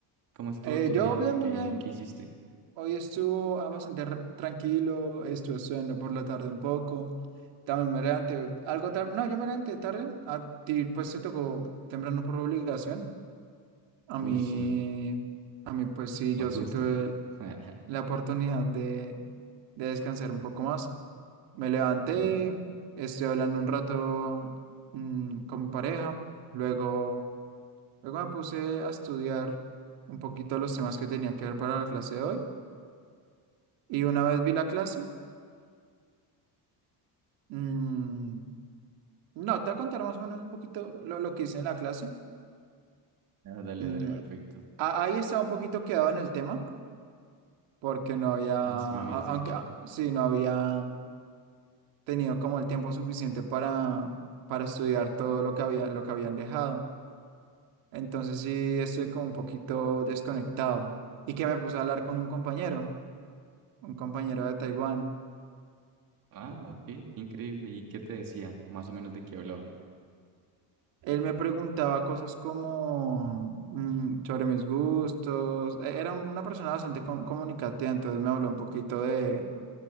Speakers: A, on the right; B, on the right.
A: ¿Cómo estuvo
B: eh,
A: tu
B: yo
A: día?
B: bien,
A: ¿Qué,
B: muy bien.
A: qué hiciste?
B: Hoy estuvo ah, bastante r- tranquilo. Estuve estudiando por la tarde un poco. También me levanté algo tarde. No, yo me levanté tarde. A ti, pues, te tocó temprano por obligación. A mí,
A: Uy, sí,
B: a mí, pues, sí,
A: por
B: yo sí
A: gusto.
B: tuve
A: <laughs>
B: la oportunidad de, de descansar un poco más. Me levanté,
A: Uy.
B: estoy hablando un rato mm, con mi pareja. Luego. Luego me puse a estudiar un poquito los temas que tenía que ver para la clase de hoy. Y una vez vi la clase, mm, no, te voy a contar más o menos un poquito lo, lo que hice en la clase.
A: Ah, dale,
B: Mm,
A: dale, perfecto.
B: a- ahí estaba un poquito quedado en el tema, porque no había, a-
A: Ah, sí me habías dicho.
B: aunque a- sí, no había tenido como el tiempo suficiente para, para estudiar todo lo que había, lo que habían dejado. Entonces sí, estoy como un poquito desconectado. Y que me puse a hablar con un compañero, un compañero de Taiwán.
A: Ah, ok, increíble. ¿Y qué te decía? Más o menos de qué hablaban.
B: Él me preguntaba cosas como mm, sobre mis gustos. E- Era una persona bastante com- comunicativa, entonces me habló un poquito de,